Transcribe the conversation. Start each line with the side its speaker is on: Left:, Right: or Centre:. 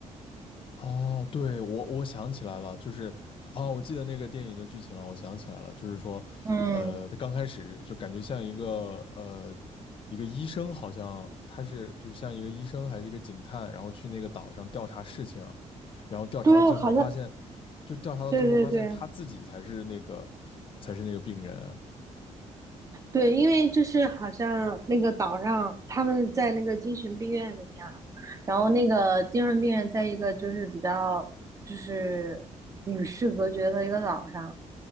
Left: 哦，对，我我想起来了，就是哦，我记得那个电影的剧情了，我想起来了，就是说，
Right: 嗯，
Left: 呃，他刚开始就感觉像一个呃一个医生，好像他是就是像一个医生还是一个警探，然后去那个岛上调查事情，然后调查到最后发现，
Right: 对，好像
Left: 就调查到最后发现他自己才是那个
Right: 对对对
Left: 才是那个病人，
Right: 对，因为就是好像那个岛上他们在那个精神病院里面，然后那个精神病院在一个就是比较就是与世隔绝的一个岛上。